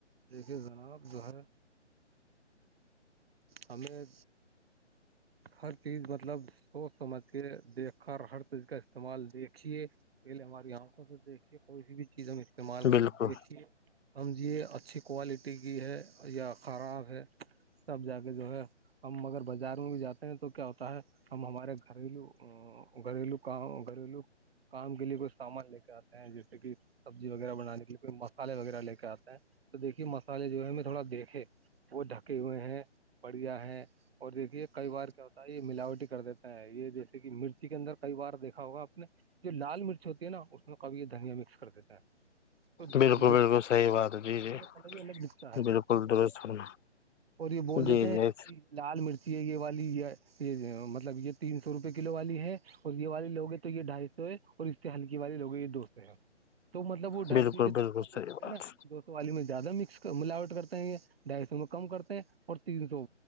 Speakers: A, on the right; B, on the left.
A: دیکھیے جناب جو ہے ہممییں ہر چیز مطلب سوچ سمجھ کے دیکھ کر ہر چیز کا استعمال دیکھیے پہلے ہمارے یہاں دیکھیے کوئی س بھی چیز ہم استعمال کریں
B: بالکل
A: دیکھیے سمجھیے اچھی کوالٹی کی ہے یا خراب ہے سب جا کے جو ہے ہم اگر بازار میں بھی جاتے ہیں تو کیا ہوتا ہے ہمارے گھریلو گھریلو کاؤ گھریلو کام کے لیے کچھ سامان لے کے آتے ہیں جیسے کہ سبزی وغیرہ بنان کے لیے کوئی مسالے وغیرہ لے کے آتے ہیں تو دیکھیے مسالے جو ہے ہم تھوڑا دیکھے وہ ڈھکے ہوئے ہیں بڑھیا ہے اور دیکھیے کئی بار کیا ہوتا ہے یہ ملاوٹی کر دیتا ہیں یہ جیسے کہ مرچی کے اندر کئی بار دیکھا ہوگا آپ نے جو لال مرچ ہوتی ہے نا اس میں کب یہ دھنیا مکس کر دیتا ہیں تو
B: بالکل
A: مٹی
B: بالکل
A: کا
B: صحیح
A: کلر بھی
B: بات ہے جی
A: مٹی
B: جی
A: کا کلر بھی الگ دکھتا ہے <unintelligible>
B: بالکل درست فرما
A: اور یہ بول دیتے
B: جی
A: ہیں
B: جی
A: کہ <unintelligible> لال مرچی ہے یہ والی یہ یہ مطلب یہ تین سو روپے کلو والی ہے اور یہ والے لو ہیں تو یہ ڈھائی سو ہے اور اس سے ہلکی والے لوگ ہیں یہ دو سو ہے تو مطلب وہ ڈھائی
B: بالکل
A: کے دوستوں
B: بالکل
A: والے
B: صحیح
A: دیتے
B: بات
A: نا دو سو والی میں زیادہ مکس ملاوٹ کرتے ہیں یہ ڈھائی سو میں کم کرتے ہیں اور تین سو